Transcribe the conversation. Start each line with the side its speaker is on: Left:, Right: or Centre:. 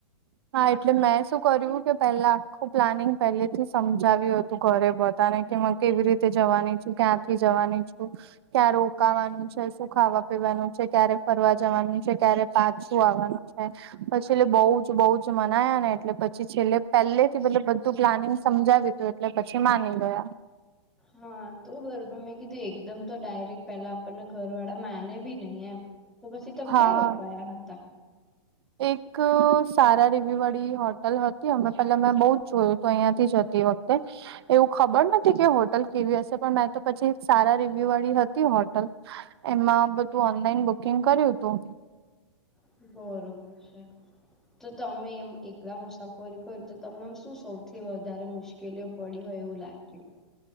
Right: હા એટલે મેં શું કર્યું કે પહેલા આખું પ્લાનિંગ પહેલેથી સમજાવ્યું હતું ઘરે બધાને કેમાં કેવી રીતે જવાની છું ક્યાંથી જવાની છું ક્યાં રોકાવાનું છે શું ખાવા પીવાનું છે ક્યારે ફરવા જવાનું છે ક્યારે પાછું આવવાનું છે પછી એલે બોઉ જ બોઉ જ મનાયા ને એટલે પછી છેલ્લે પેહેલે થી બધું પ્લાનિંગ સમજાવ્યું તું એટલે પછી માની ગયા
Centre: હા તો બરોબર મેં કીધી એકદમ તો ડાયરેક્ટ પેલા આપણને ઘર વાડા માને બી નહી એમ તો પછી તમ
Right: હા
Centre: ક્યાંર ઉપાાયા હત
Right: એક સારા રીવ્યુ વાડી હોટલ હતી અમે પેલા મેં બોજ જોયું તો અયાથી જ જ તે વખતે એવું ખબર ન થી કેવુ હોટલ કેવી હશે પણ મેં તો પછી સારા રિવ્યુ વાળી હતી હોટલ. એમાં બધું ઓનલાઈન બુકિંગ કર્યું ઉતું.
Centre: હમ્મ બરોબર છે. તો તમે એમ એકલા મુસાફરી કરી તો તમનમ શું સૌથી વધારે મુશ કેલેવ પડી હોય એવું લાગ્યું.